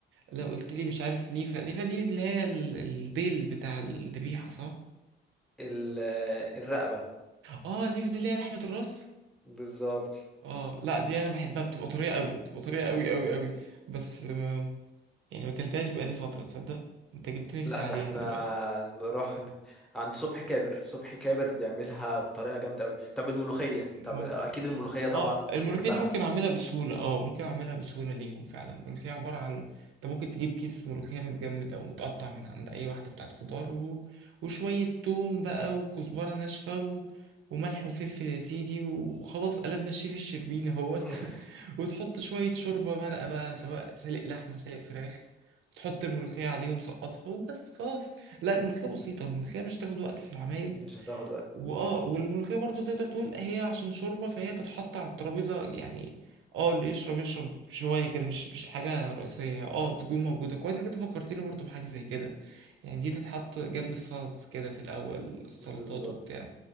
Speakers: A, on the right; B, in the centre.
A: لو قلت لي مش عارف نيفه نيفه دي اللي هي ال- الديل بتاع الذبيحه صح
B: ال- آه، الرقبة
A: اه نيفه دي اللي هي لحمه الراس
B: بالظبط
A: اه لا دي انا بحبها بتبقى طريه قوي بتبقى طريه قوي قوي قوي بس آه، يعني ما اكلتهاش بقالي فتره تصدق انت جبت نفسي
B: لا
A: عليها
B: ده احنا
A: دلوقتي
B: نروح ن- عند صبحي كابر صبحي كابر بيعملها بطريقة جامدة قوي طب الملوخية
A: ممكن
B: طب اكيد الملوخية طبعا
A: اه الملوخية
B: بتحبها
A: دي ممكن اعملها بسهولة اه ممكن اعملها بسهولة ليهم فعلا الملوخية عبارة عن انت ممكن تجيب كيس ملوخية متجمد او متقطع من عند اي واحدة بتاعت خضار و... وشوية توم بقى وكزبرة ناشفة و... وملح وفلفل يا سيدي وخلاص قلبنا الشيف الشربيني اهوت
B: <laughs>
A: <laughs> وتحط شوية شوربة مرقة بقى سواء سلق لحمة سلق فراخ تحط الملوخية عليهم سقطها وبس خلاص لا الملوخية بسيطة الملوخية مش هتاخد وقت في العمايل
B: مش هتاخد
A: واه والملوخية برضو تقدر تقول هي عشان شوربة فهي تتحط على الترابيزة يعني اه اللي يشرب يشرب شوية كده مش مش حاجة رئيسية اه تكون موجودة كويس انك انت فكرتني برضو بحاجة زي كده يعني دي تتحط جنب السلطس كده في الأول السلطات
B: بالظبط
A: وبتاع